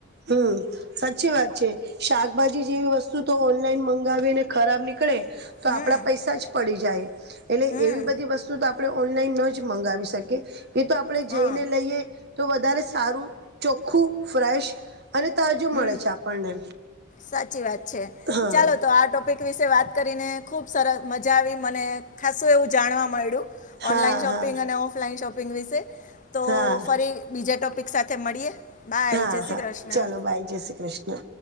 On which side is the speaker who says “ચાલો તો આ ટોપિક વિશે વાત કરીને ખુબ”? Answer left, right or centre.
Left